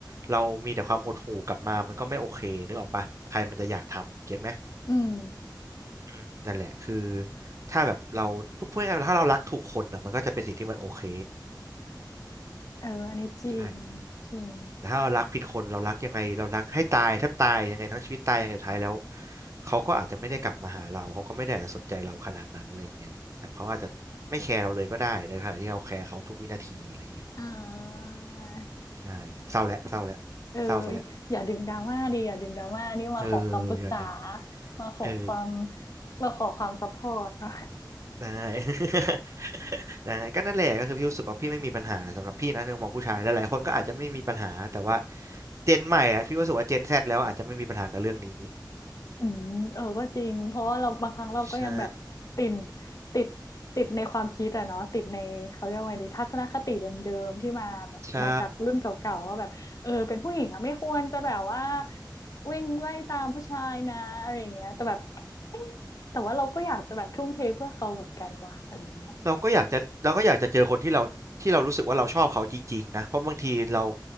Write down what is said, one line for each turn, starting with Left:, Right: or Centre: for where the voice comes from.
Right: เรามีแต่ความหดหู่กลับมามันก็ไม่โอเคนึกออกปะใครมันจะอยากทำเก็ตไหม
Left: อืม
Right: อืมนั่นแหละคือถ้าแบบเราพูดพูดง่ายๆถ้าเรารักถูกคนอ่ะมันก็จะเป็นสิ่งที่มันโอเค
Left: เอออันนี้จริง
Right: ใช่
Left: จริง
Right: แต่ถ้าเรารักผิดคนเรารักยังไงเรารักให้ตายแทบตายยังไงทั้งชีวิตตายอย่างสุดท้ายแล้วเขาก็อาจจะไม่ได้กลับมาหาเราเขาก็ไม่ได้อาจจะสนใจเราขนาดนั้นอะไรอย่างเงี้ยแบบเขาอาจจะไม่แคร์เราเลยก็ได้ในขณะที่เราแคร์เขาทุกวินาทีอะไรอย่างเงี้ย
Left: อ่า
Right: ใช่เศร้าแล้วเศร้าแล้วเศร้าซะแล้ว
Left: เอออย่าดึงดราม่าดิอย่าดึงดราม่านี่มาขอคำปรึกษา
Right: เอออย่าดึง
Left: มาขอความ
Right: เออ
Left: มาขอความซัพพอร์ตเนาะ
Right: ได้ <laughs> ได้ก็นั่นแหละก็คือพี่รู้สึกว่าพี่ไม่มีปัญหาสำหรับพี่นะในมุมมองผู้ชายหลายๆคนก็อาจจะไม่มีปัญหาแต่ว่าเจนใหม่อะพี่รู้สึกว่าเจนแซดแล้วอาจจะไม่มีปัญหากับเรื่องนี้
Left: <laughs> อืมเออก็จริงเพราะว่าเราบางครั้งเราก็ยังแบบติด
Right: ใช่
Left: ติดติดในความคิดอะเนาะติดในเขาเรียกว่าไงดีทัศนคติเดิมๆที่มาแบบมาจากรุ่นเก่าๆว่าแบบเออเป็นผู้หญิงอะไม่ควรจะแบบว่า
Right: ใช่
Left: วิ่งไล่ตามผู้ชายนะอะไรอย่างเงี้ยแต่แบบเอ๊ะแต่ว่าเราก็อยากจะแบบทุ่มเทเพื่อเขาเหมือนกันว่ะอะไรอย่างเงี้ย
Right: เราก็อยากจะเราก็อยากจะเจอคนที่เราที่เรารู้สึกว่าเราชอบเขาจริงๆนะเพราะบางทีเรา